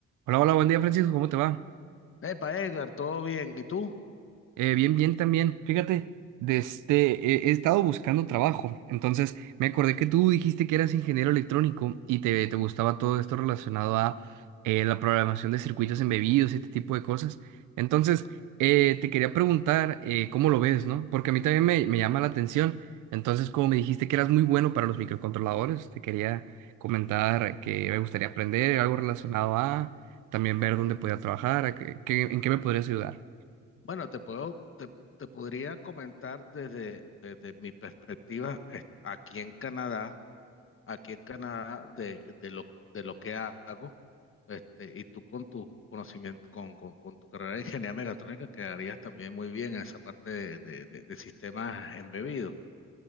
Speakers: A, on the right; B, on the left.
A: Hola, hola, buen día Francisco, ¿cómo te va?
B: Epa, Edgar, todo bien. ¿Y tú?
A: Eh, bien, bien también. Fíjate, de este, eh, he estado buscando trabajo. Entonces, me acordé que tú dijiste que eras ingeniero electrónico y te, te gustaba todo esto relacionado a eh, la programación de circuitos embebidos y este tipo de cosas. Entonces, eh, te quería preguntar eh, cómo lo ves, ¿no? Porque a mí también me, me llama la atención. Entonces, como me dijiste que eras muy bueno para los microcontroladores, te quería comentar que me gustaría aprender algo relacionado a también ver dónde podía trabajar, a qué- qué- en qué me podrías ayudar.
B: Bueno, te puedo, te, te podría comentar desde, desde mi perspectiva eh, aquí en Canadá, aquí en Canadá de, de lo, de lo que hago, este, y tú con tu conocimiento, con, con, con tu carrera de ingeniería mecatrónica quedarías también muy bien en esa parte de, de, de- de sistemas embebidos.